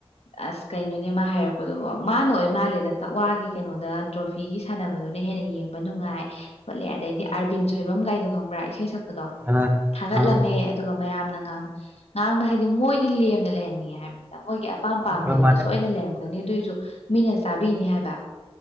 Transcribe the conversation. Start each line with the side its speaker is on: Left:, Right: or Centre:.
Left: ꯑꯁ ꯀꯩꯅꯣꯅꯦ ꯃꯥ ꯍꯥꯏꯔꯛꯄꯗꯨꯕꯣ ꯃꯥꯅ ꯑꯣꯏ ꯃꯥꯜꯂꯦꯗ ꯊꯛ ꯋꯥꯒꯤ ꯀꯩꯅꯣꯗ ꯇ꯭ꯔꯣꯐꯤ ꯇꯣꯐ꯭ꯔꯤꯒꯤ ꯁꯥꯟꯅꯕꯗꯨꯅ ꯍꯦꯟꯅ ꯌꯦꯡꯕ ꯅꯨꯡꯉꯥꯏ ꯈꯣꯠꯂꯦ ꯑꯗꯩꯗꯤ ꯑꯥꯔꯕꯤꯟ ꯁꯣꯏꯕꯝ ꯒꯥꯏꯗꯣ ꯈꯪꯕ꯭ꯔꯥ ꯏꯁꯩ ꯁꯛꯄꯗꯣ
Right: ꯑ ꯑ
Left: ꯊꯥꯒꯠꯂꯝꯃꯦ
Right: ꯑ-
Left: ꯑꯗꯨꯒ ꯃꯌꯥꯝꯅ ꯉꯍꯥꯡ ꯉꯥꯡꯅ ꯍꯥꯏꯗꯤ ꯃꯣꯏꯗꯤ ꯂꯦꯝꯅ ꯂꯩꯍꯟꯅꯤꯡꯉꯦ ꯍꯥꯏꯕꯅꯤꯗ ꯃꯣꯏꯒꯤ ꯑꯄꯥꯝ ꯄꯥꯝꯗꯕꯨꯗꯤ
Right: ꯍꯣꯏ ꯃꯥꯅꯦ
Left: ꯁꯣꯏꯗꯅ
Right: ꯃꯥꯅꯦ
Left: ꯂꯩꯔꯝꯒꯅꯤ ꯑꯗꯨꯏꯁꯨ ꯃꯤꯅ ꯆꯥꯕꯤꯅꯤ ꯍꯥꯏꯕ